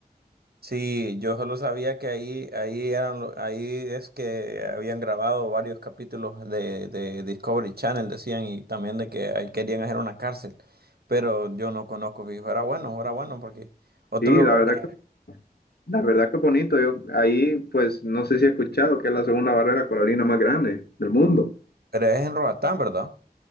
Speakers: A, on the right; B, on the left.
A: Sí, yo solo sabía que ahí, ahí eran, lo- ahí es que habían grabado varios capítulos de, de Discovery Channel, decían, y también de que ahí querían hacer una cárcel, pero yo no conozco, fijo, era bueno, era bueno, porque otro
B: Sí,
A: lugar
B: la verdad.
A: que,
B: La verdad que bonito. Yo ahí, pues, no sé si he escuchado que es la segunda barrera coralina más grande del mundo.
A: pero es en Roatán, ¿verdad?